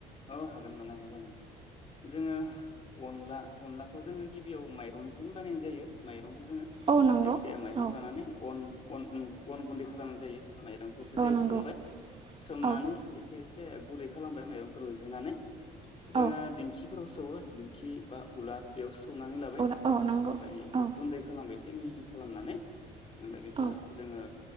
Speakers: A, on the left (about 35°); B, on the right (about 35°).
A: औ हागोन मा हाया जानो जोङो अनला अनलाखौ जोङो गिबियाव माइरंनिफ्रायनो बानायनाय जायो माइरं माइरंखौ जोङो
B: औ नंगौ
A: जायखिजाया माइरं
B: औ
A: लानानै अन अन अन गुन्दै खालामनाय जायो माइरंखौ एसे
B: औ
A: दैयाव
B: नंगौ
A: सोमबाय सोमनानै
B: औ
A: बेखौ एसे एसे गुरै खालामबाय माइरं रुइहोनानै जोङो
B: औ
A: दिंखिफोराव सोवो दिंखि बा उलार बेयाव सौनानै लाबाय
B: औ औ नंगौ
A: ओमफ्राय
B: औ
A: गुन्दै खालामबायस एसे मिहि खालामनानै ओमफ्राय बेखौ
B: औ
A: जोङो